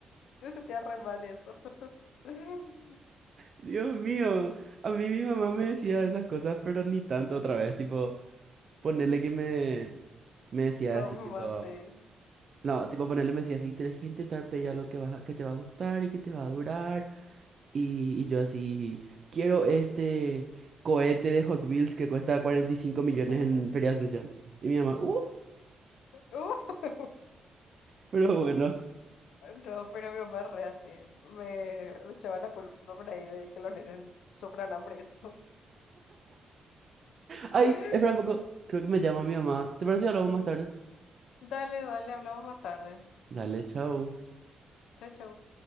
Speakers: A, on the left; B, on the right.
A: me sentía re mal eso. <laughs>
B: Dios mío. A mí mi mamá me decía esas cosas, pero ni tanto otra vez. Tipo, ponerle que me, me decía
A: No,
B: así,
A: mamá,
B: tipo.
A: sí.
B: No, tipo ponerle me decía así, tenés que intentar pedir algo que, vas a- que te va a gustar y que te va a durar. Y, y yo así, quiero este cohete de Hot Wheels que cuesta 45 millones
A: <laughs>
B: en Feria de Asunción. Y mi mamá, uh,
A: Uh.
B: pero bueno.
A: No, pero mi mamá es re así. Me, me echaba la culpa por ahí de que los nenes sufran hambre y eso.
B: Ay,
A: <laughs>
B: espera un poco, creo que me llama mi mamá. ¿Te parece que hablamos más tarde?
A: Dale, dale, hablamos más tarde.
B: Dale, chao.
A: Chao, chao.